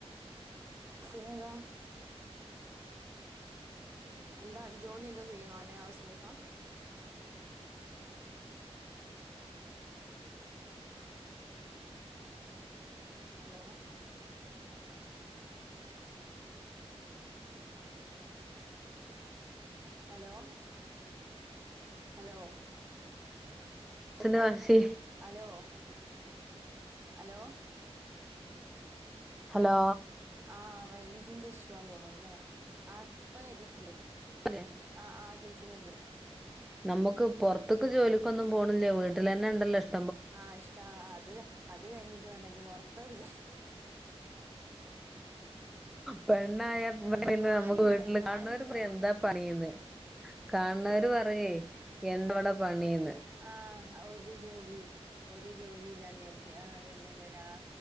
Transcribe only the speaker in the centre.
ച്ചന്റെ വാശി
ഹലോ
പല്ലെ
നമ്മുക്ക് പൊർത്ത്ക്ക് ജോലിക്കൊന്നും പോണില്യ. വീട്ടിലെന്നെണ്ടല്ലോഷ്ടം
പെണ്ണായ പിന്നെ
നമുക്ക് വീട്ടില്
കാണ് ണോര് പറയും എന്താ പണീന്ന് കാണുന്നവരും പറയുവേ എന്താ ഇവിടെ പണിന്ന്